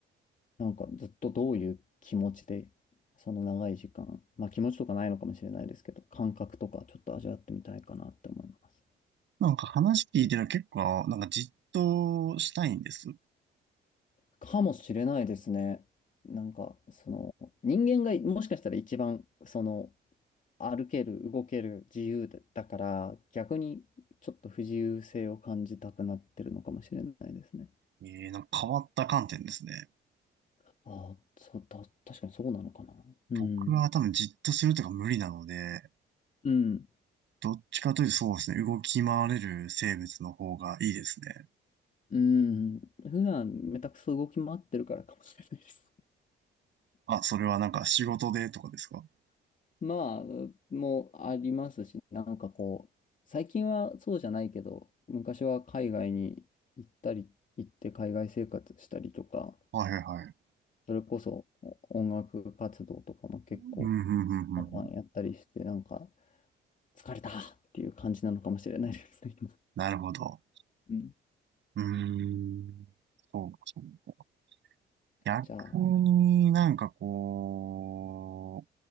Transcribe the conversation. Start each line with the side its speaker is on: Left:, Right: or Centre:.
Left: なんかずっとどういう気持ちで、その長い時間、まあ気持ちとかないのかもしれないですけど、感覚とかちょっと味わってみたいかなって思います。
Right: なんか話聞いてたら結構、なんかじっとしたいんです。
Left: かもしれないですね。なんか、その、人間がもしかしたら一番、その、歩ける、動ける、自由だだから、逆にちょっと不自由性を感じたくなってるのかもしれないですね。
Right: えー、なんか変わった観点ですね。
Left: ああ、そう、た、確かにそうなのかな。うん。
Right: 僕は多分じっとするとか無理なので、
Left: うん。
Right: どっちかというとそうですね、動き回れる生物の方がいいですね。
Left: うん。普段、めたくそ動き回ってるからかもしれないです。
Right: あ、それはなんか仕事でとかですか
Left: <laughs> まあ、もうありますし、なんかこう、最近はそうじゃないけど、昔は海外に行ったり、行って海外生活したりとか、
Right: はいはいはい。
Left: それこそ音楽活動とかも結構、
Right: うん、うん、うん、うん。
Left: パンパンやったりして、
Right: うん
Left: なんか、疲れたっていう感じなのかもしれないですね。<laughs> 今
Right: なるほど。
Left: うん。
Right: うーん。そうか、そうか。逆になんかこ
Left: じゃあ、